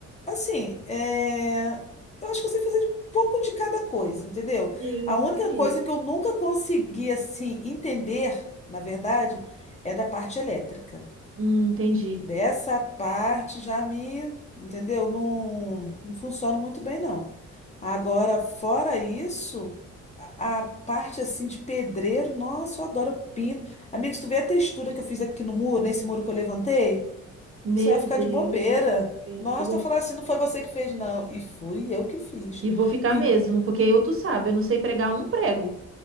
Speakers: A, on the left (about 20°); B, on the right (about 45°).
A: assim, é, eu acho que eu sei fazer um pouco de cada coisa, entendeu?
B: Gente.
A: A única coisa que eu nunca consegui, assim, entender, na verdade, é da parte elétrica.
B: Hum, entendi.
A: Dessa parte já me, entendeu? Não, não funciona muito bem, não. Agora, fora isso, a, a parte assim de pedreiro, nossa, eu adoro eu pinto. Amigos, tu vê a textura que eu fiz aqui no muro, nesse muro que eu levantei?
B: Meu
A: Você vai ficar
B: Deus,
A: de bobeira.
B: amiga.
A: Nossa,
B: Eu vou-
A: tô falando assim, não foi você que fez, não. E fui eu que fiz.
B: E vou ficar
A: Pin-
B: mesmo, porque eu, tu sabe, eu não sei pregar um prego.